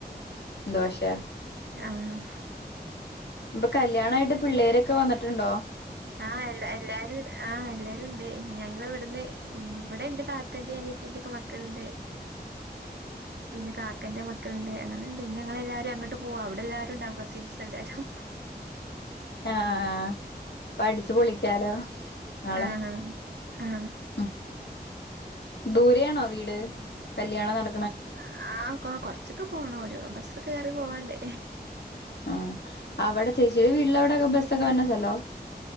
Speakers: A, on the left; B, on the right.
A: ദോശ
B: ആഹ്
A: അപ്പ കല്യാണായിട്ട് പിള്ളേരൊക്കെ വന്നിട്ടുണ്ടോ?
B: ആഹ് എല്ല എല്ലാവരും ആ എല്ലാരും ഉണ്ട്. ഞങ്ങള് ഇവിടുന്ന് ഇവിടെന്റെ താത്തന്റെ അനിയത്തിന്റെ ഒക്കെ മക്കള്ണ്ട്. പിന്നെ കാക്കന്റെ മക്കള്ണ്ട്. അങ്ങനെണ്ട് ഇഞ്ഞി ഞങ്ങളെല്ലാരും അങ്ങട്ട് പൂവാ. അവിടെ എല്ലാരും ഉണ്ടാവും. കസിൻസ് എല്ലാരും.
A: ആ ആ പ്പടി ച്ചു പൊളിക്കാലോ നാളെ
B: ആ ആ ആ
A: ഉം ദൂരെയാണോ വീട് കല്യാണം നട
B: അ ആ കോ കൊറ കൊറച്ചൊക്കെ പോണം. ഒര് ബസ്സൊക്കെ കേറി പോവാണ്ട്.
A: ആ അവടെ ചേച്ചീടെ വീട്ടിൽ അവ ടെ ബസ്സൊക്കെ വരുന്ന സ്ഥലോ